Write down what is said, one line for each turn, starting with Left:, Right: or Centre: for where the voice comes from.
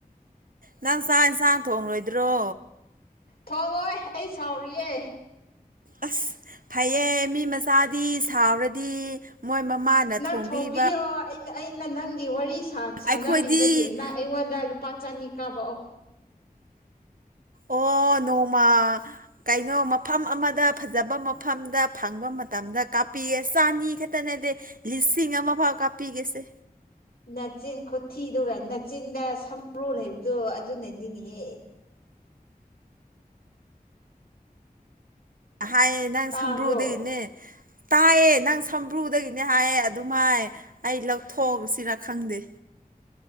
Right: ꯅꯪ ꯆꯥꯛ ꯌꯦꯟꯁꯥꯡ ꯊꯣꯡꯂꯣꯏꯗ꯭ꯔꯣ
Left: ꯊꯣꯡꯉꯣꯏ ꯑꯩ ꯁꯥꯎꯔꯤꯌꯦ
Right: ꯑꯁ ꯐꯩꯌꯦ ꯃꯤ ꯃꯆꯥꯗꯤ ꯁꯥꯎꯔꯗꯤ ꯃꯣꯏ ꯃꯃꯥꯅ
Left: ꯅꯪ
Right: ꯊꯣꯡꯕꯤꯕ
Left: ꯊꯣꯝꯕꯤꯌꯣ ꯑꯩ ꯑꯩꯅ ꯅꯪꯒꯤ ꯋꯥꯔꯤ ꯁꯥꯟꯅꯕꯤꯕꯒꯤ
Right: ꯑꯩꯈꯣꯏꯗꯤ
Left: ꯅꯪ ꯑꯩꯉꯣꯟꯗ ꯂꯨꯄꯥ ꯆꯅꯤ ꯀꯥꯕꯛꯑꯣ
Right: ꯑꯣ ꯅꯣꯡꯃ ꯀꯩꯅꯣ ꯃꯐꯝ ꯑꯃꯗ ꯐꯖꯕ ꯃꯐꯝꯗ ꯐꯪꯕ ꯃꯇꯝꯗ ꯀꯥꯞꯄꯤꯌꯦ ꯆꯥꯅꯤ ꯈꯛꯇ ꯅꯗꯤ ꯂꯤꯆꯤꯡ ꯑꯃꯥ ꯐꯥꯎ ꯀꯥꯞꯄꯤꯒꯦꯁꯦ
Left: ꯅꯥꯆꯤꯟ ꯈꯨꯊꯤꯗꯨꯒ ꯅꯥꯆꯤꯟꯗ ꯁꯝꯕ꯭ꯔꯨ ꯂꯩꯕꯗꯣ ꯑꯗꯨꯅꯅꯤꯅꯦꯍꯦ
Right: ꯍꯥꯏꯌꯦ ꯅꯪ
Left: ꯇꯥꯕ꯭ꯔꯣ
Right: ꯁꯝꯕ꯭ꯔꯨꯗꯤꯅꯦ ꯇꯥꯏꯌꯦ ꯅꯪ ꯁꯝꯕ꯭ꯔꯨꯗꯒꯤꯅꯦ ꯍꯥꯏꯌꯦ ꯑꯗꯨꯃꯥꯏ ꯑꯩ ꯂꯧꯊꯣꯛꯎꯁꯤꯔꯥ ꯈꯪꯗꯦ